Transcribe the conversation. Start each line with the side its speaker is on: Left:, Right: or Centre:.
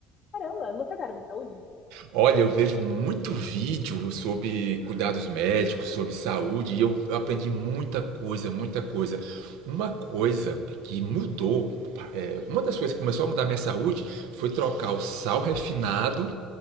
Left: Caramba, você é da área de saúde?
Right: Olha, eu vejo muito vídeo sobre cuidados médicos, sobre saúde, e eu aprendi muita coisa, muita coisa. Uma coisa que mudou, é, uma das coisas que começou a mudar a minha saúde foi trocar o sal refinado